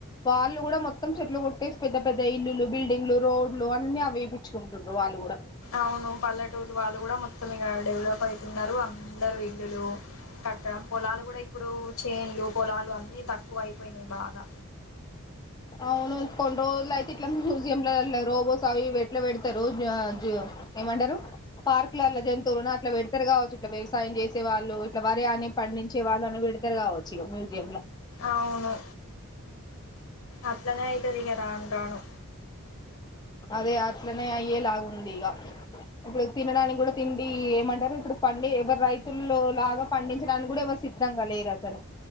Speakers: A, on the left; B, on the left.
A: వాళ్ళు కూడా మొత్తం చెట్లు కొట్టేసి పెద్ద పెద్ద ఇల్లులు, బిల్డింగ్లు, రోడ్లు, అన్ని అవి వేపించుకుంటుర్రు వాళ్ళు కూడా
B: అవును పల్లెటూరు వాళ్ళు కూడా మొత్తం ఇక డెవలప్ అయితున్నారు అందరు ఇల్లులు కట్టడం. పొలాలు కూడా ఇప్పుడు చేన్లు పొలాలు అన్ని తక్కువ అయిపోయినాయి బాగా
A: అవును కొం రోడ్లు అయితే ఇట్లా మ్యూజియం లో వెళ్లరో ఓసారి ఇవి ఎట్లా పెడతారో ఆ రోడ్ల అజ్ ఏమంటారు. పార్క్ ఇట్లా అలా జంతువులను అట్లా పెడతరు కావచ్చు. వ్యవ్ వ్యవసాయం చేసే వాళ్ళు ఇట్లా వరి అని పండించే వాళ్ళు అన్ని పెడతరు కావ శివ మ్యూజియం లా
B: అవును అట్లనేయితది ఇగ రాను రాను
A: అదే అట్లనే అయ్యేలాగా ఉంది. ఇగ ఇప్పుడు తినడానికి కూడా తిండి ఈ ఏమంటారు. ఇప్పుడు పండి ఎవరు రైతుల్లో లాగా పండించడానికి కూడా ఎవరు సిద్ధంగా లేరు. అసలు